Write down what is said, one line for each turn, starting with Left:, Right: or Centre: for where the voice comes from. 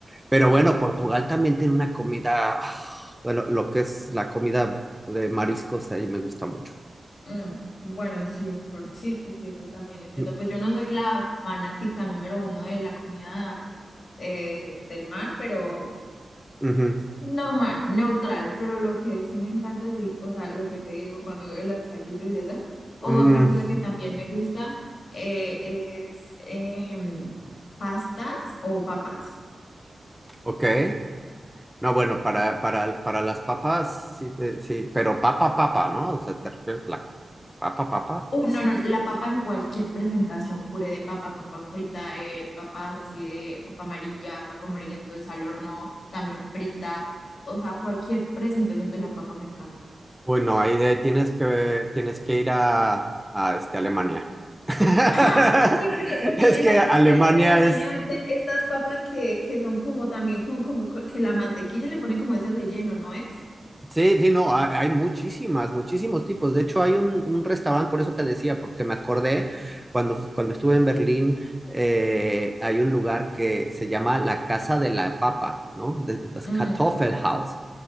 Centre: Pero bueno, Portugal también tiene una comida, <sighs> ah, bueno, lo que es la comida de mariscos ahí me gusta mucho.
Left: Mm, Bueno, sí, por, sí, sí, sí, eso también es cierto.
Centre: Mm,
Left: Pues yo no soy la fanática número uno de la comida eh, del mar, pero
Centre: ujú.
Left: normal, neutral. Pero lo que sí me encanta, sí, o sea, lo que te digo cuando veo los taquitos y eso. Otra
Centre: Mm,
Left: cosa que también me gusta eh, es em, pastas o papas.
Centre: ok. No, bueno, para, para, para las papas, sí, te- sí, pero papa, papa, ¿no? O sea, ¿te refieres a la papa, papa?
Left: Uh, no, no, la papa en cualquier presentación, puré de papa, papa frita, eh, papas así de papa amarilla, papa amarilla entonces al horno, también frita, o sea, cualquier presentación de la papa me encanta.
Centre: Bueno, ahí de- tienes que, tienes que ir a, a, este, Alemania. <laughs>
Left: Ah, así porque porque
Centre: Es
Left: en
Centre: que
Left: Alemania
Centre: Alemania
Left: en Alemania
Centre: es,
Left: venden estas papas que, que son como también con como co- que la mantequilla le ponen como ese relleno, ¿no es?
Centre: sí, sí, no, ha- hay muchísimas, muchísimos tipos. De hecho, hay un, un restaurante, por eso te decía, porque me acordé cuando, cuando estuve en Berlín, eh, hay un lugar que se llama la Casa de la Papa, ¿no? De- Das
Left: Mm,
Centre: Kartoffelhaus.